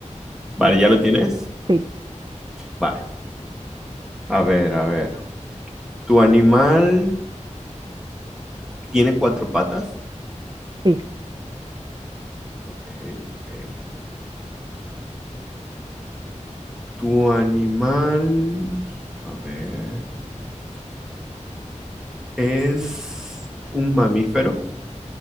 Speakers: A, in the centre; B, on the right (about 35°).
A: Vale,
B: bueno,
A: ¿ya lo tienes?
B: sí,
A: Vale. A ver, a ver. ¿Tu animal tiene cuatro patas?
B: sí,
A: Ok, ok. ¿Tu animal, a ver, es un mamífero?